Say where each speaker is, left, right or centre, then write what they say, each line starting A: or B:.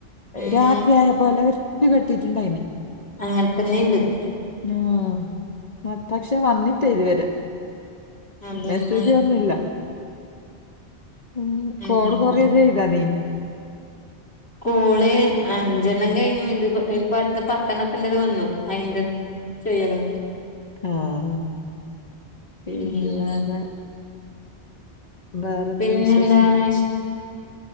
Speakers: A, on the left (about 65°); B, on the left (about 35°).
A: ഉം
B: രാത്രിആയ പോലെ ഇടിവെട്ടിട്ടുണ്ടായിനേ.
A: അങ്ങനെ തന്നെയ ഇന്റത്
B: ആഹ് പ പക്ഷെ വന്നിട്ട ഇതുവരെ
A: അതന്നെ
B: മെസ്സേജ് വന്നില്ല. ഉം
A: ഉം
B: കോള് കൊറേ ചെയ്താതി
A: കോള് അഞ്ചെണ്ണം കഴിഞ്ഞു ഇത് ഇപ്പ അടുത്ത പത്തെണ്ണത്തിന്റേത് വന്നു അയിന്റെ. ചെയ്യണം.
B: ആഹ് ഇത്
A: ഉം
B: വേറെ വേറെന്ത്
A: പിന്നെ
B: വിശേഷം
A: എന്താണ്? വിശ്